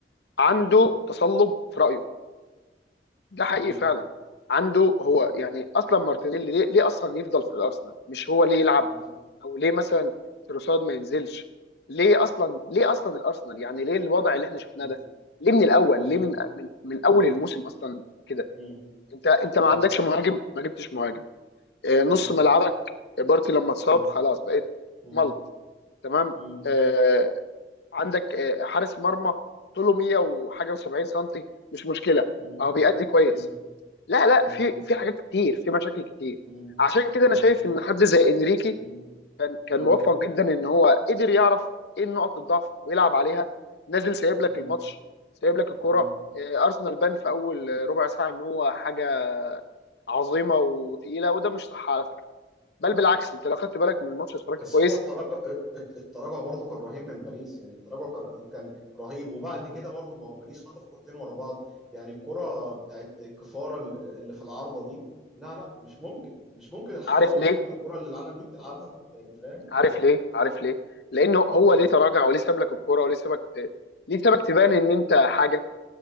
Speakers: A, on the left; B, in the centre.
A: عنده تصلب في رايه ده حقيقي
B: م-
A: فعلا عنده
B: م-
A: هو يعني اصلا مارتينيلي ليه, ليه اصلا يفضل في الارسنال مش هو ليه يلعب
B: بز-
A: او ليه مثلا تروسارد ما ينزلش ليه اصلا ليه اصلا الارسنال يعني ليه الوضع اللي احنا شفناه
B: م-
A: ده ليه من الاول
B: بالظبط
A: ليه من من, من
B: م-
A: اول الموسم اصلا كده
B: م-
A: انت انت ما
B: ايوه
A: عندكش مهاجم ما جبتش مهاجم آه، نص
B: م-
A: ملعبك بارتي لما اتصاب
B: م-
A: خلاص بقيت
B: م-
A: ملط تمام
B: م-
A: آه، عندك آه، حارس مرمى طوله 100 وحاجه و70 سم مش مشكله
B: م-
A: اهو بيأدي كويس
B: مم.
A: لا لا
B: مم.
A: في في حاجات كتير في مشاكل كتير
B: مم.
A: عشان كده
B: مم.
A: انا شايف ان حد زي انريكي
B: مم.
A: كان كان
B: مم.
A: موفق جدا ان هو قدر يعرف ايه نقط الضعف ويلعب عليها نازل سايب لك
B: مم.
A: الماتش سايب لك الكرة
B: مم.
A: آه، ارسنال بان في اول ربع ساعة ان هو حاجة عظيمة وتقيلة وده مش صح على فكرة بل بالعكس انت لو خدت بالك من الماتش اتفرجت
B: بس
A: كويس
B: هو التراجع الت- التراجع برضو كان رهيب من باريس يعني التراجع كان كان رهيب وبعد كده برضو ما هو باريس خطف كورتين ورا بعض يعني الكرة بتاعت كفارة ال- اللي في العارضة دي لا لا مش ممكن مش ممكن الحلاوة
A: عارف ليه
B: مش ممكن الكرة اللي العالم دي بتلعبها يعني فاهم
A: عارف ليه عارف ليه لانه هو
B: مم.
A: ليه تراجع وليه ساب لك الكرة وليه سابك ت- ليه سابك تبان ان انت حاجة